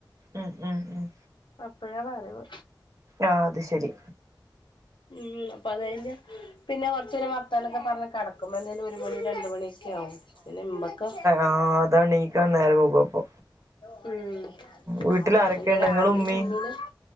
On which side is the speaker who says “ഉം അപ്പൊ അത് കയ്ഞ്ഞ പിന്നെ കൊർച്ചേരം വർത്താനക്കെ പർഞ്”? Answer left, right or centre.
Left